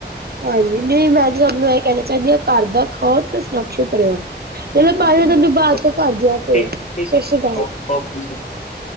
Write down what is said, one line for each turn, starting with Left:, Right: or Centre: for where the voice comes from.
Right: ਹਾਂਜੀ, ਨਈ ਮੈਂ ਤੇ ਸਬ ਨੂੰ ਐ ਕੈਨਾ ਚਾਨੀ ਆਂ ਘਰ ਦਾ ਖਾਓ ਤੇ ਸੁਰਖਸ਼ਿਤ ਰੇਓ। ਚਲੋ
Left: ਬਿਲਕੁਲ
Right: ਪਾਜੀ
Left: ਬਿਲਕੁਲ
Right: ਤਾਨੂੰ ਬਾਚ ਕਰਦੀ ਆਂ ਫੇਰ।
Left: ਠੀਕ
Right: ਸਤਿ
Left: ਠੀਕ ਹੈ
Right: ਸ੍ਰੀ ਅਕਾਲ।
Left: ਓਕੇ। ਓਕੇ।